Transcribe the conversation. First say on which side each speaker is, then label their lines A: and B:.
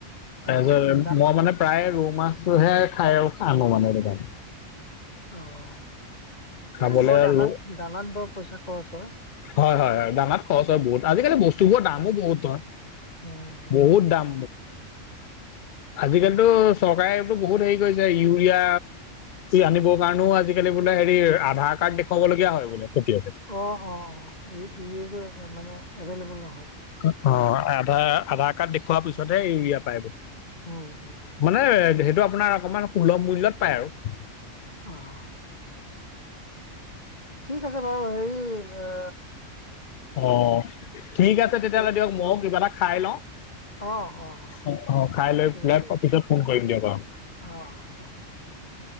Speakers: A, on the left (about 65°); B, on the left (about 30°).
A: তাৰপিছত
B: অ অ দা
A: মই মানে প্ৰায় ৰৌ মাছ সহে খাই আৰু আনো মনে আৰু তান <unintelligible>
B: অ',
A: খাবলৈ
B: এ বৰ দানাত
A: আৰু
B: - দানাত বৰ পইচা খৰচ হয়।
A: হয় - হয় দানাত খৰচ হয় বহুত। আজিকালি বস্তুবোৰৰ দামো বহুত নহয়।
B: উম,
A: বহুত দাম। আজিকালিতো চৰকাৰে বহুত হেৰি কৰিছে, ইউৰিয়া আনিবৰ কাৰণেও আজিকালি বোলে হেৰি আধাৰ কাৰ্ড দে দেখাবলগীয়া হয় বোলে খেতিয়কে।
B: অ', অ ', অ ', <unintelligible> মানে এভেইলেবল নহয়।
A: অ',
B: আহ,
A: আধাৰ - আধাৰ কাৰ্ড দেখওুৱা পিছত পিছতহে ইউৰিয়া পাই।
B: উম উম
A: মানে সেইটো আপোনাৰ অকমান সুলভ মূল্যত পায় আৰু।
B: অ'। ঠিক আছে বাৰু হেৰি অ,
A: অ', ঠিক আছে তেতিয়াহ'লে
B: এ এই
A: দিয়ক, মইও
B: এই
A: কিবা এটা খাই লওঁ।
B: অ ', অ ', অ'।
A: অ', অ', খাই লৈ
B: ঠিক
A: পেলাই
B: ঠিক
A: অ',
B: আছে
A: পিছত ফোন কৰিম দিয়ক বাৰু।
B: অ', অ', হ'ব।